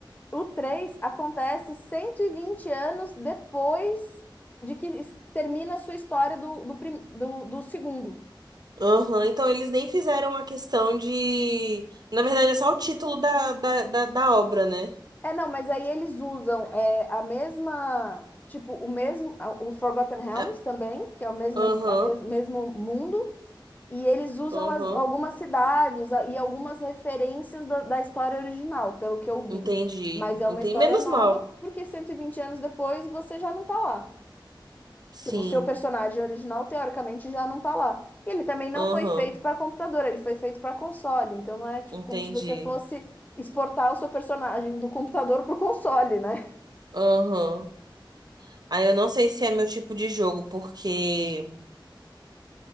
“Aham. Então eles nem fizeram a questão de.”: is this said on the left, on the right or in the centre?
Right